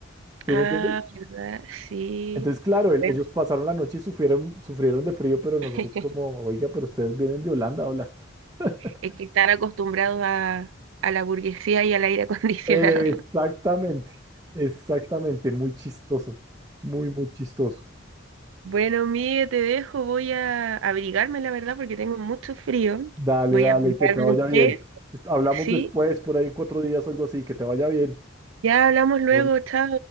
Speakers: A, on the right; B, on the right.
A: ¿sí
B: Ah,
A: me entiendes?
B: ¿verdad? Sí.
A: Entonces, claro, el-
B: Bueno,
A: ellos pasaron la noche y sufrieron, sufrieron de frío, pero nosotros
B: <laughs>
A: como, oiga, pero ustedes vienen de Holanda, hola. <laughs>
B: es que están acostumbrados a, a la burguesía y al aire acondicionado.
A: Exactamente, exactamente, muy chistoso, muy, muy chistoso.
B: Bueno, Miguel, te dejo. Voy a abrigarme, la verdad, porque tengo mucho frío.
A: Dale,
B: Voy
A: dale,
B: a abrigarme
A: que te vaya
B: <laughs> un té.
A: bien. Est- Hablamos
B: Sí,
A: después, por ahí en cuatro días o algo así, que te vaya bien.
B: ya hablamos luego.
A: Bueno,
B: Chao.